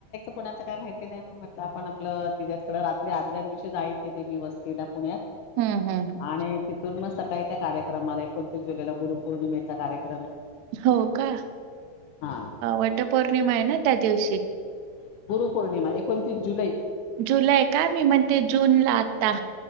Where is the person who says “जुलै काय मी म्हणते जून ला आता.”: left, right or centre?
Right